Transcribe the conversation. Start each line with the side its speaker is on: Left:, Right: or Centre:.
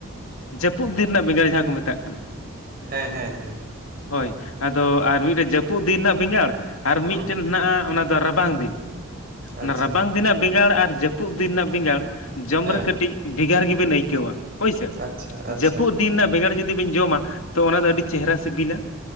Left: ᱡᱟᱹᱯᱩᱜ ᱫᱤᱱ ᱨᱮᱱᱟᱜ ᱵᱮᱸᱜᱟᱲ ᱡᱟᱦᱟᱸ ᱠᱚ ᱢᱮᱛᱟᱜ ᱠᱟᱱᱟ᱾
Right: ᱦᱮᱸ ᱦᱮᱸ ᱦᱮᱸ
Left: ᱦᱳᱭ ᱟᱫᱚ ᱟᱨ ᱢᱤᱫᱴᱮᱱ ᱡᱟᱹᱯᱩᱜ ᱫᱤᱱ ᱨᱮᱱᱟᱜ ᱵᱮᱸᱜᱟᱲ ᱟᱨ
Right: ᱦᱩᱸ
Left: ᱢᱤᱫᱴᱮᱱ ᱦᱮᱱᱟᱜᱼᱟ ᱚᱱᱟ ᱫᱚ ᱨᱟᱵᱟᱝ ᱫᱤᱱ ᱚᱱᱟ
Right: ᱟᱪᱪᱷᱟ
Left: ᱨᱟᱵᱟᱝ ᱫᱱᱟᱜ ᱵᱮᱸᱜᱟᱲ ᱟᱨ ᱡᱟᱹᱯᱩᱜ ᱫᱤᱱ ᱨᱮᱱᱟᱜ ᱵᱮᱸᱜᱟᱲ ᱡᱚᱢ
Right: ᱦᱮᱸ
Left: ᱨᱮ ᱠᱟᱹᱴᱤᱡ ᱵᱷᱮᱜᱟᱨ ᱜᱮᱵᱤᱱ ᱟᱹᱭᱠᱟᱹᱣᱟ᱾ ᱦᱳᱭᱥᱮ
Right: ᱟᱪᱪᱷᱟ ᱟᱪᱪᱷᱟ
Left: ᱡᱟᱹᱯᱩᱜ ᱫᱤᱱ ᱨᱮᱱᱟᱜ ᱵᱮᱸᱜᱟᱲ ᱡᱩᱫᱤ ᱵᱮᱱ ᱡᱚᱢᱟ᱾ ᱛᱚ ᱚᱱᱟ ᱫᱚ ᱟᱹᱰᱤ ᱪᱮᱦᱨᱟ ᱥᱤᱵᱤᱞᱟ